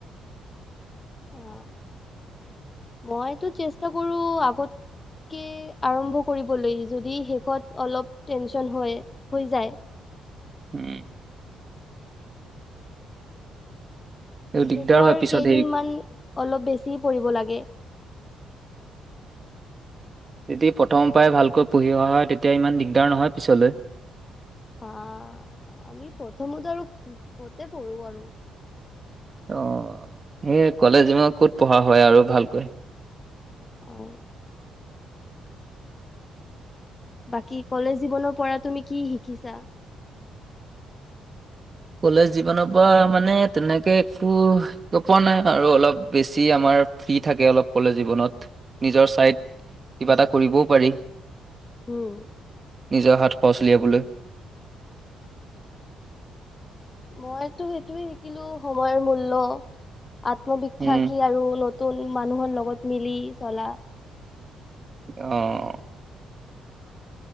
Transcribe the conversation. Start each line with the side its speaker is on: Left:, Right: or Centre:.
Left: অ, মইতো চেষ্টা কৰো আগত কি আৰম্ভ কৰিবলৈ, যদি শেষত অলপ টেনচন হয়, হৈ যায়।
Right: উম। এই দিগদাৰ
Left: শেষৰ
Right: হয় পিছত
Left: কেইদিনমান
Right: হেৰি
Left: অলপ বেছি পঢ়িব লাগে। <inaudible>
Right: যদি প্ৰথম পৰাই ভালকৈ পঢ়ি অহা হয় তেতিয়া ইমান দিগদাৰ নহয় পিছলৈ।
Left: হা, আমি প্ৰথমত আৰু ক'তে পঢ়ো আৰু।
Right: অ', সেই কলেজ ক'ত পঢ়া হয় আৰু ভালকৈ।
Left: হয়। বাকী কলেজ জীৱনৰ পৰা তুমি কি শিকিছা? <inaudible>
Right: কলেজ জীৱনৰ পৰা মানে তেনেকে একো পোৱা নাই আৰু অলপ বেছি আমাৰ ফ্ৰী থাকে অলপ কলেজ জীৱনত নিজৰ চাইড কিবা এটা কৰিবও পাৰি।
Left: উম।
Right: নিজৰ হাত খৰচ উলিয়াবলৈ।
Left: মইতো সেইটোয়ে শিকিলো সময়ৰ মূল্য আত্মবিশ্বাস
Right: উম।
Left: কি আৰু নতুন মানুহৰ লগত মিলি চলা।
Right: অ'।